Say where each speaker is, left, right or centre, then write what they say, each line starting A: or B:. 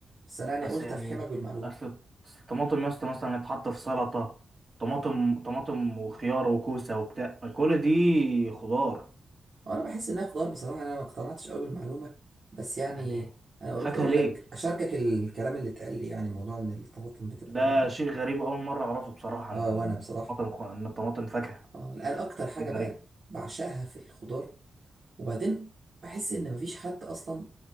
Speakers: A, on the right; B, on the right.
A: بس انا يعني
B: اصل
A: قلت
B: يعني
A: افحمك بالمعلومة
B: اصل أصل الطماطم يا اسطى مثلا تتحط في سلطه طماطم طماطم وخيار وكوسه وبتاع كل دي خضار
A: انا بحس انها خضار بصراحه يعني انا ما اقتنعتش قوي بالمعلومه بس يعني
B: يعني
A: انا قلت
B: فاكهه
A: اقول
B: ليه
A: لك اشاركك الكلام اللي اتقال لي يعني موضوع ان الطماطم بتبقى
B: ده شيء غريب اول مره اعرفه بصراحه ان
A: اه وانا بصراحه
B: الطماطم خ- ان الطماطم فاكهه
A: آه الان اكتر حاجه
B: شيء
A: بقى
B: غريب
A: بعشقها في الخضار وبعدين بحس ان مفيش حد اصلا